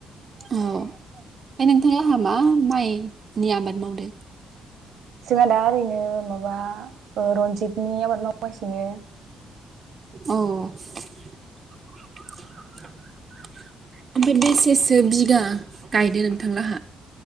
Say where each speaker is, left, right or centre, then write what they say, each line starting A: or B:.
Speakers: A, on the right (about 35°); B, on the right (about 70°).
A: औ ओमफ्राय नोंथांला आंहा मा माइनि आबाद मावदो,
B: जोंहा दा ओरैनो माबा रनजितनि आबाद मावगासिनो,
A: अ ओमफ्राय बेसेसो बिगा गायदो नोंथां लोंहा